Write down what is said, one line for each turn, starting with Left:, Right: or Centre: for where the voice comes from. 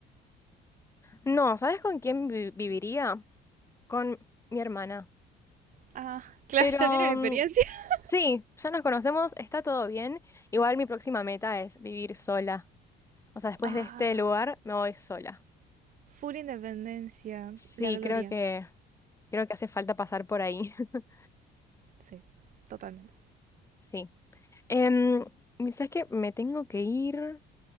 Left: no, ¿sabes con quién vi- viviría? con mi hermana.
Right: Ah, claro,
Left: Pero
Right: ya tienen experiencia.
Left: mm,
Right: <laughs>
Left: sí, ya nos conocemos, está todo bien. Igual mi próxima meta es vivir sola. O sea, después
Right: Ah,
Left: de este lugar me voy sola.
Right: full independencia,
Left: Sí,
Right: la gloria.
Left: creo que creo que hace falta pasar por ahí. <laughs>
Right: Sí, totalmente.
Left: Sí. Em, ¿sabes qué? Me tengo que ir